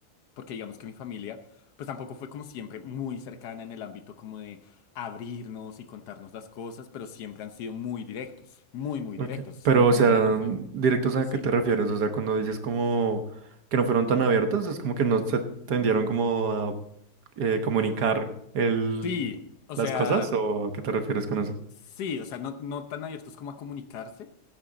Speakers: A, on the left (about 90°); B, on the right (about 85°).
A: porque digamos que mi familia, pues tampoco fue como siempre muy cercana en el ámbito como de abrirnos y contarnos las cosas, pero siempre han sido muy directos, muy, muy
B: Ok.
A: directos. O
B: Pero,
A: sea, mi familia
B: o sea,
A: no fue...
B: directos a
A: Sí,
B: qué te refieres, o sea, cuando dices como que no fueron tan abiertos, es como que no se tendieron como a eh, comunicar el,
A: sí, o
B: las
A: sea,
B: cosas, ¿o a qué te refieres con eso?
A: sí, o sea, no, no tan abiertos como a comunicarse.